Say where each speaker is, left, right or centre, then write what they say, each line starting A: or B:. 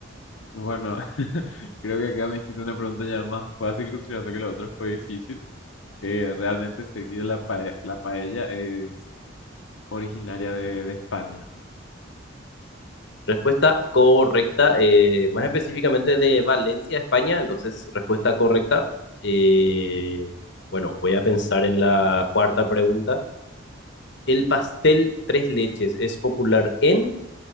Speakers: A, on the left; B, on the left.
A: Bueno, <laughs> creo que acá me hiciste una pregunta ya más fácil considerando que la otra fue difícil. Eh, realmente sé que la, pae- la paella es originaria de, de España.
B: Respuesta correcta, eh, más específicamente de Valencia, España. Entonces, respuesta correcta. eh, bueno, voy a pensar en la cuarta pregunta. ¿El pastel tres leches es popular en